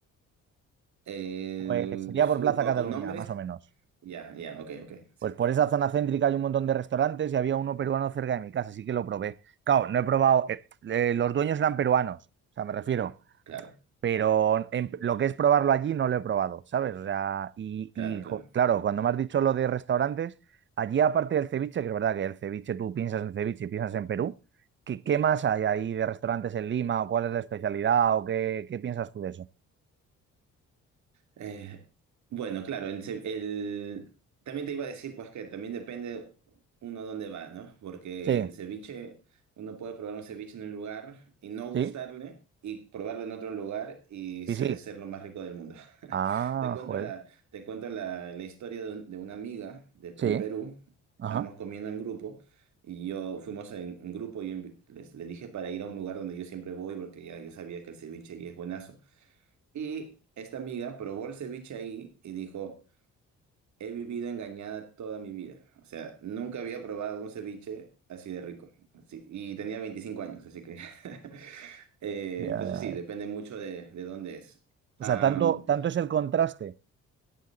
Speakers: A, on the right; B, on the right.
A: Eh,
B: pues sería por
A: uh,
B: Plaza
A: con,
B: Cataluña,
A: con nombres,
B: más o menos.
A: ya, ya, ok, ok, sí.
B: Pues por esa zona céntrica hay un montón de restaurantes y había uno peruano cerca de mi casa, así que lo probé. Claro, no he probado, eh, eh, los dueños eran peruanos, o sea, me refiero.
A: Claro,
B: Pero en- lo que es probarlo allí no lo he probado, ¿sabes? O sea, y,
A: claro,
B: y,
A: claro.
B: jo- claro, cuando me has dicho lo de restaurantes, allí aparte del ceviche, que es verdad que el ceviche, tú piensas en ceviche y piensas en Perú, ¿qué, qué más hay ahí de restaurantes en Lima o cuál es la especialidad o qué, qué piensas tú de eso?
A: Eh, bueno, claro, el, se- el- también te iba a decir pues que también depende uno dónde va, ¿no? Porque
B: Sí,
A: el ceviche, uno puede probar un ceviche en un lugar y no gustarle
B: sí,
A: y probarlo en otro lugar y
B: y
A: se-
B: sí.
A: ser lo más rico del mundo. <laughs>
B: Ah,
A: Te cuento
B: joder,
A: la, te cuento la, la historia de, un- de una amiga de-
B: sí,
A: en Perú. Estábamos
B: ajá.
A: comiendo en grupo y yo fuimos en, en grupo y yo invi- les, le dije para ir a un lugar donde yo siempre voy porque ya yo sabía que el ceviche ahí es buenazo. Y esta amiga probó el ceviche ahí y dijo, he vivido engañada toda mi vida. O sea, nunca había probado un ceviche así de rico. Así- y tenía 25 años, así que... <laughs> eh,
B: Ya,
A: entonces
B: ya,
A: sí,
B: ya.
A: depende mucho de, de dónde es. Am,
B: O sea, tanto, tanto es el contraste.